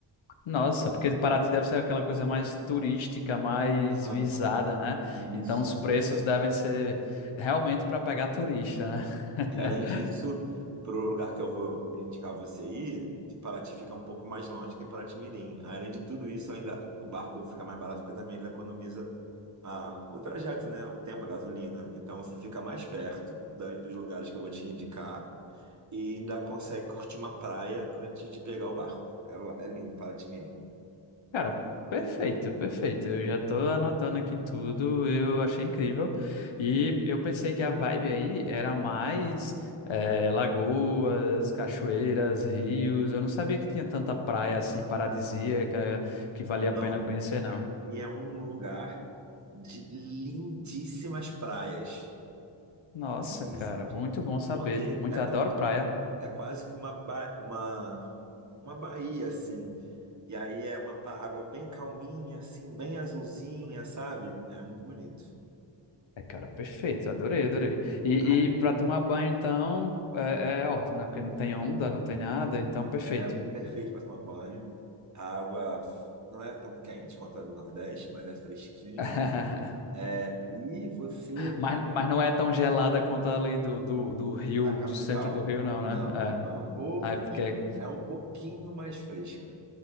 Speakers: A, on the left (about 70°); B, on the right (about 35°).
A: Nossa, porque Paraty deve ser aquela coisa mais turística, mais
B: Aham,
A: visada, né?
B: isso.
A: Então os preços devem ser realmente para pegar turista, né? <laughs>
B: E além disso, para o lugar que eu vou indicar você ir, de Paraty fica um pouco mais longe que Paraty-Mirim. Além de tudo isso, ainda o barco fica mais barato porque também ele economiza a, o trajeto, né? O tempo, a gasolina. Então você fica mais perto da- dos lugares que eu vou te indicar e ainda consegue curtir uma praia antes de pegar o barco. É, lá- é lindo Paraty-Mirim.
A: Cara, perfeito, perfeito. Eu já tô anotando aqui tudo, eu achei incrível. E eu pensei que a vibe aí era mais eh, lagoas, cachoeiras, rios. Eu não sabia que tinha tanta praia assim paradisíaca que valia
B: Não,
A: a pena conhecer, não.
B: aqui é um lugar de lindíssimas praias.
A: Nossa,
B: Muitíssimos.
A: cara, muito bom saber.
B: Porque
A: Muito
B: é como
A: adoro praia.
B: é quase que uma, ba- uma, uma baía, assim. E aí é uma pa- água bem calminha, assim, bem azulzinha, sabe? É muito bonito.
A: É, cara, perfeito. Adorei, adorei. E,
B: A-
A: e para tomar banho, então, é, é ótimo, né? Porque não tem onda, não tem nada, então, perfeito.
B: É perfeito para tomar banho. A água não é tão quente quanto a do Nordeste, mas é fresquinha.
A: <laughs>
B: É, e você,
A: Mas, mas não é tão gelada quanto ali do, do, do rio,
B: da capital?
A: do centro do rio, não,
B: Não,
A: né?
B: não,
A: É.
B: é um pouquinho,
A: Aí, porque,
B: é um pouquinho mais fresca.